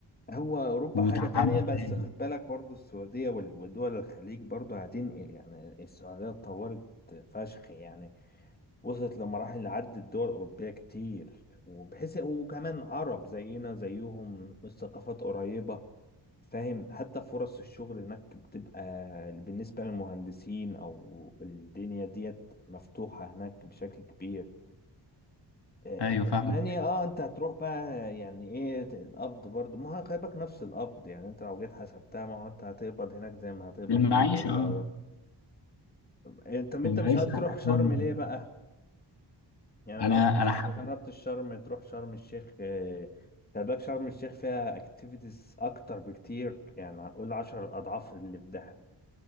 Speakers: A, on the left; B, on the left.
A: هو اوروبا
B: وتعامل
A: حاجة تانية بس
B: تاني
A: خد بالك برضو السعودية وال- ودول الخليج برضو هتنقل يعني السعودية اتطورت فشخ يعني وصلت لمراحل عدت دول أوروبية كتير وبحيث وكمان عرب زينا زيهم الثقافات قريبة فاهم حتى فرص الشغل هناك بتبقى بالنسبة للمهندسين أو الدنيا ديت مفتوحة هناك بشكل كبير آه،
B: ايوه فاهم
A: ألمانيا اه انت هتروح بقى يعني ايه القبض برضو ما هو خلي بالك نفس القبض يعني انت لو جيت حسبتها ما هو انت هتقبض هناك زي ما هتقبض
B: المعيشه
A: في اي دولة
B: اه
A: انت انت
B: المعيشه
A: مش عايز تروح
B: هناك
A: شرم
B: برضه. جميلة.
A: ليه بقى يعني
B: انا
A: ما رحتش
B: انا حب
A: ما جربتش شرم تروح شرم الشيخ آه، خلي بالك شرم الشيخ فيها اكتيفيتيز اكتر بكتير يعني هنقول عشر اضعاف اللي في دهب